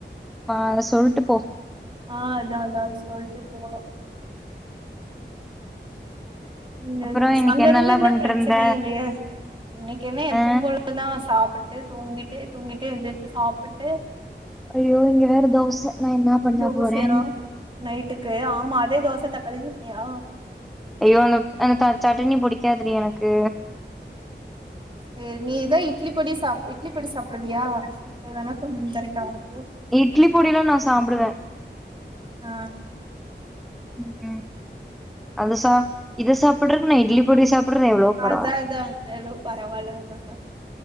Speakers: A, in the centre; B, on the right.
A: ஆ சொல்ட்டு போ
B: ஆ அதா அதா சொல்ட்டு போனு இங்க
A: அப்புறோ இன்னைக்கு
B: அங்க
A: என்னல்லா
B: இருந்துருந்தா
A: பண்ட்ருந்த
B: பிரச்சனை இல்லையே இன்னைக்கி என்ன எப்ப
A: ஆ
B: போல அப்பதா சாப்பிட்டு தூங்கிட்டு தூங்கிட்டு எந்திருச்சு சாப்பிட்டு
A: ஐயோ இங்க வேற தோச நா என்னா பண்ண
B: தோசையா
A: போறே
B: நைட்டுக்கு ஆமா அதே தோச தக்காளி செட்னியா
A: ஐயோ அந்த அந்த சட்டினி புடிக்காது டீ எனக்கு
B: அ நீ தா இட்லி பொடி சா இட்லி பொடி சாப்பிடுவியா இதுவேனா கொண்டு வந்து தரட்டா உனக்கு
A: இட்லி பொடிலா நா சாப்பிடுவே
B: ஆ
A: ம் அது
B: ஆ
A: சா இத சாப்பிடுறக்கு நா இட்லி பொடி சாப்பிடுறது எவ்ளோ பரவால்ல
B: அதா அதா எவ்ளோ பரவால்லதா